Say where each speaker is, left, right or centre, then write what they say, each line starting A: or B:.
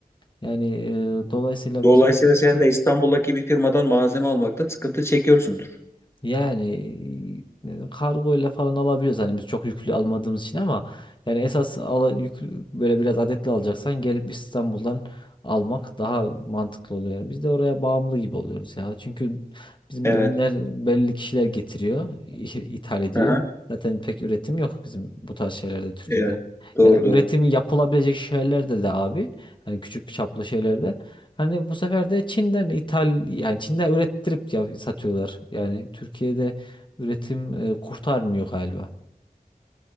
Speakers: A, on the left; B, on the left.
A: Yani e, dolayısıyla
B: Dolayısıyla
A: bizde
B: sen de İstanbul'daki bir firmadan malzeme almakta sıkıntı çekiyorsundur.
A: Yani e, kargoyla falan alabiliyoruz hani biz çok yüklü almadığımız için ama yani esas ala, yüklü, böyle biraz adetli alacaksan gelip İstanbul'dan almak daha mantıklı oluyor. Yani biz de oraya bağımlı gibi oluyoruz ya. Çünkü bizim
B: Evet.
A: ürünler belli kişiler getiriyor, i- ithal ediyor.
B: Hı hı.
A: Zaten pek üretim yok bizim bu tarz şeylerde Türkiye'de.
B: Evet. Doğru
A: Yani
B: doğru.
A: üretimi yapılabilecek şeylerde de abi hani küçük çaplı şeylerde Hani bu sefer de Çin'den ithal yani Çin'den ürettirip ya satıyorlar. Yani Türkiye'de üretim e, kurtarmıyor galiba.